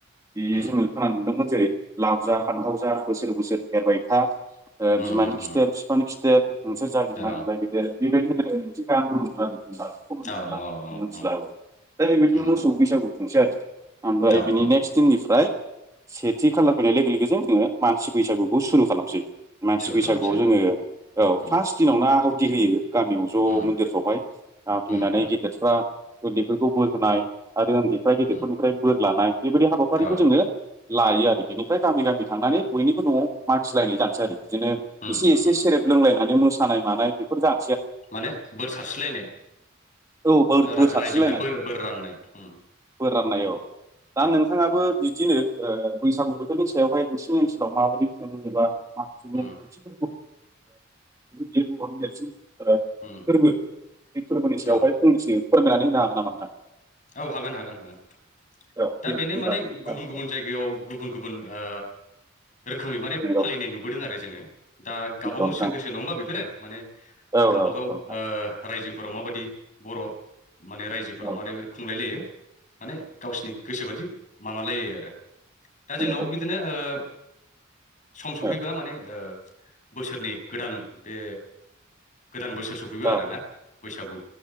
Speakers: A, on the right; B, on the left.
A: बे
B: उम
A: जोङो खोनानो मोनदोंमोन जेरै लाव जा फान्थाव जा बोसोर बोसोर एरबाय था बिमानि
B: उम उम
A: खिथेर
B: उम
A: बिफानो खिथेर नोंसोर जागोन
B: औ
A: जांगिला गेदेर बेबायदि होनलायनाय मोनसे गान दंमोन आरो
B: औ औ औ
A: <unintelligible> मिथिला
B: औ
A: दा नै बेबायदिनो
B: उम उम
A: मोसौ बैसागु खुंसै आरो ओमफ्राय
B: औ
A: बिनि
B: औ
A: नेक्स्ट दिननिफ्राय सेथि खालार फैनाय लोगो लोगोजों जोङो मानसि बैसागुखौ सुरु खालामसै मानसि
B: सुरु
A: बैसागुआव
B: खालामसै
A: जोङो औ
B: उम
A: फार्स्ट दिनावनो आहुथि होयो गामियाव ज'
B: उम
A: मन्दिरफ्रावहाय फैनानै
B: उम उम
A: गेदेरफ्रा उन्दैफोरखौ बोर होनाय आरो उन्दैफ्रा गेदेरफोरनिफ्राय
B: उम
A: बोर लानाय बेबायदि हाबाफारिखौ
B: औ
A: जोङो लायो आरो बेनिफ्राय गामि गामि थांनानै बयनिबो न'आव मागिलायनो जानोसै आरो बिदिनो
B: उम
A: एसे
B: उम
A: एसे
B: उम
A: सेरेब लोंलायनानै मोसानाय मानाय बेफोर जा
B: माने बोर सारस्रिलायनाय
A: औ बोर बोर
B: रा-
A: सारस्रिलायनाय
B: रायजोआवहाय बोर बोर राननाय उम
A: बोर राननाय औ दा
B: औ
A: नोंथाङाबो बिदिनो ओ बैसागु बोथोरनि सायावहाय नोंसिनि ओनसोलाव माबायदि खुङोबा माखासे नेम
B: उम
A: खान्थिफोरखौ जिथु <unintelligible> फोरबो
B: उम उम
A: बे फोरबोनि सायावहाय
B: औ
A: फंनैसो फोरमायनानै होनो हागोन नामा नोंथां
B: औ हागोन हागोन हागोन
A: औ दे
B: दा बेनो
A: बिदिब्ला
B: माने
A: नोंथां
B: गुबुन
A: औ
B: गुबुन जायगायाव गुबुन गुबुन ओ रोखोमै माने
A: नंगौ
B: फालिनाय नुबोदों आरो जोङो दा गावबा
A: नंगौ
B: गावसो
A: नोंथां
B: गोसो नङा होमबा बेफोरो माने
A: औ
B: गावबागाव
A: औ नंगौ नोंथां
B: रायजो फोराव माबायदि बर' माने रायजोफोराव
A: औ
B: मारै माने गावसिनि गोसोबादि माबालायो आरो दा जोंनावबो
A: नंगौ नंगौ
B: बिदिनो ओ सम सफैबा
A: औ
B: माने बोसोरनि गोदान बे गोदान बोसोर सफैबाय आरोना
A: औ
B: बैसागु